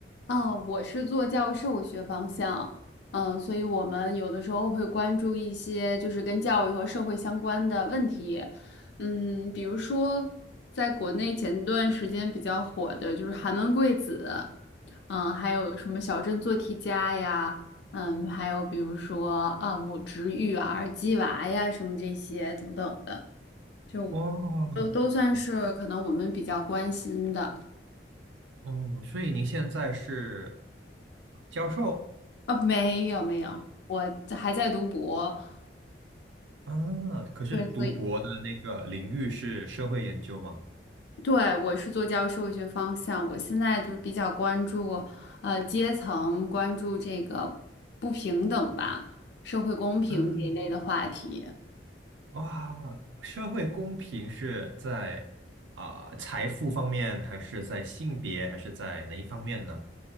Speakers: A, on the left; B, on the right.
A: 哦，我是做教授学方向，嗯，所以我们有的时候会关注一些就是跟教育和社会相关的问题，嗯，比如说在国内前段时间比较火的就是寒门贵子，嗯，还有什么小镇做题家呀，嗯，还有比如说啊母职育儿、鸡娃呀什么这些等等的，就
B: 哦
A: 都都算是可能我们比较关心的。
B: 哦，所以您现在是呃教授
A: 啊，没有没有，我还在读博，
B: 啊，可是读博的那个领域是社会研究吗？
A: 对，所以对我是做教育社会学方向，我现在就比较关注呃阶层，关注这个不平等吧，社会公平这一类的话题。
B: 嗯，哇，社会公平是在啊、财富方面，还是在性别，还是在哪一方面呢？